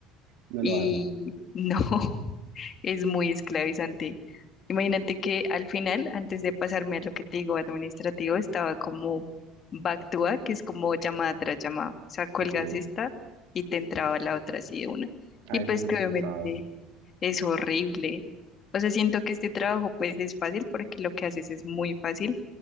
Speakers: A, on the right; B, on the left.
A: No
B: Y
A: lo hago.
B: no, <laughs> Es muy esclavizante. Imagínate que al final, antes de pasarme a lo que te digo administrativo, estaba como back to back, que es como llamada tras llamada. O sea, cuelgas
A: Ok.
B: esta y te entraba la otra así de una.
A: Ah,
B: Y
A: eso
B: pues
A: es muy
B: que
A: cansado.
B: obviamente es horrible. O sea, siento que este trabajo pues es fácil porque lo que haces es muy fácil,